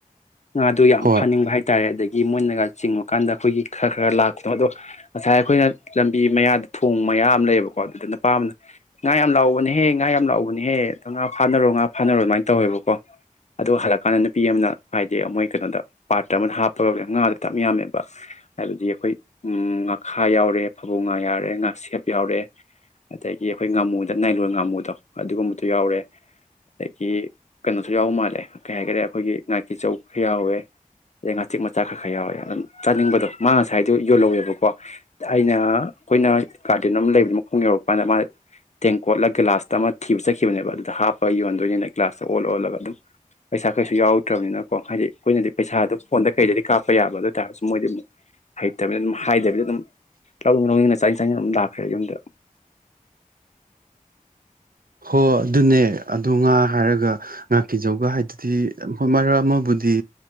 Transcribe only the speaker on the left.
ꯉꯥꯗꯨ ꯌꯥꯝ
ꯐꯅꯤꯡꯕ ꯍꯥꯏꯇꯥꯔꯦ ꯑꯗꯒꯤ ꯒꯤ ꯃꯣꯏꯅꯒ ꯆꯤꯡꯕ ꯀꯥꯟꯗ ꯑꯩꯈꯣꯏꯒꯤ ꯈꯔ ꯈꯔ ꯂꯥꯛꯄ ꯑꯗꯣ ꯉꯁꯥꯏ ꯑꯩꯈꯣꯏꯅ ꯂꯝꯕꯤ ꯃꯌꯥꯗ ꯊꯣꯡ ꯃꯌꯥꯝ ꯑꯃ ꯂꯩꯌꯦꯕꯀꯣ ꯀꯣ ꯑꯗꯨꯗ ꯅꯨꯄꯥ ꯑꯃꯅ ꯉꯥ ꯌꯥꯝ ꯂꯥꯛꯍꯧꯕꯅꯦꯍꯦ ꯉꯥ ꯌꯥꯝ ꯂꯥꯛꯍꯧꯕꯅꯦꯍꯦ ꯑꯗꯨꯗꯣ ꯉꯥ ꯐꯥꯅꯔꯣ ꯉꯥ ꯐꯥꯅꯔꯣ ꯑꯗꯨꯃꯥꯏꯅ ꯇꯧꯋꯦꯕꯀꯣ ꯑꯗꯨꯒ ꯍꯜꯂꯛꯀꯥꯟꯗ ꯅꯨꯄꯤ ꯑꯃꯅ ꯍꯥꯏꯗꯤ ꯃꯣꯏ ꯀꯩꯅꯣꯗ ꯄꯥꯇ꯭ꯔ ꯑꯃꯗ ꯍꯥꯞꯄꯒ ꯉꯥꯗꯣ ꯇꯞ ꯌꯥꯝꯃꯦꯕ ꯍꯥꯏꯕꯗꯤ ꯑꯩꯈꯣꯏ ꯉꯥꯈꯥ ꯌꯥꯎꯔꯦ ꯐꯕꯨꯡ ꯉꯥ ꯌꯥꯎꯔꯦ ꯉꯥꯁꯦꯞ ꯌꯥꯎꯔꯦ ꯑꯗꯒꯤ ꯑꯩꯈꯣꯏ ꯉꯥꯃꯨꯗ ꯅꯥꯏꯔꯣꯟ ꯉꯥꯃꯨꯗꯣ ꯑꯗꯨꯒꯨꯝꯕꯗꯣ ꯌꯥꯎꯔꯦ ꯑꯗꯒꯤ ꯀꯩꯅꯣꯁꯨ ꯌꯥꯎꯕ ꯃꯥꯜꯂꯦ ꯀꯩ ꯍꯥꯏꯒꯔꯦ ꯑꯩꯈꯣꯏꯒꯤ ꯉꯥꯀꯤ ꯆꯧ ꯈꯔ ꯌꯥꯎꯋꯦ ꯑꯗꯩ ꯉꯥꯆꯤꯛ ꯃꯆꯥ ꯈꯔ ꯈꯔ ꯌꯥꯎꯋꯦ ꯑꯗꯨꯝ ꯆꯥꯅꯤꯡꯕꯗꯣ ꯃꯥ ꯉꯁꯥꯏꯗꯣ ꯌꯣꯜꯍꯧꯋꯦꯕꯀꯣ ꯑꯩꯅ ꯑꯩꯈꯣꯏꯅ ꯒꯥꯔꯗꯦꯟ ꯑꯃ ꯂꯩꯕ ꯌꯨꯝ ꯌꯧꯔꯛꯄ ꯀꯥꯟꯗ ꯃꯥꯅ ꯇꯦꯡ ꯀꯣꯠꯂ ꯒꯤꯂꯥꯁꯂ ꯑꯃ ꯊꯤꯕ ꯆꯠꯈꯤꯕꯅꯦꯕ ꯑꯗꯨꯗ ꯍꯥꯞꯄꯒ ꯌꯣꯟꯗꯣꯏꯅꯤꯅ ꯒ꯭ꯂꯥꯁꯇ ꯑꯣꯜꯂ ꯑꯣꯜꯂꯒ ꯑꯗꯨꯝ ꯄꯩꯁꯥ ꯀꯩꯁꯨ ꯌꯥꯎꯔꯛꯗ꯭ꯔꯕꯅꯤꯅꯀꯣ ꯍꯥꯏꯗꯤ ꯑꯩꯈꯣꯏꯅꯗꯤ ꯄꯩꯁꯥꯗꯨ ꯐꯣꯟꯗ ꯀꯩꯗꯗꯤ ꯀꯥꯞꯄ ꯌꯥꯕ ꯑꯗꯨ ꯑꯣꯏ ꯇꯥꯔꯁꯨ ꯃꯣꯏꯗꯤ ꯑꯃꯨꯛ ꯍꯩꯇꯕꯅꯤꯅ ꯑꯗꯨꯝ ꯍꯥꯏꯗꯕꯤꯗ ꯑꯗꯨꯝ ꯂꯧꯅꯤꯡ ꯂꯧꯅꯤꯡꯅ ꯆꯥꯅꯤꯡ ꯆꯥꯅꯤꯡ ꯑꯗꯨꯝ ꯂꯥꯛꯈ꯭ꯔꯦ ꯌꯨꯝꯗ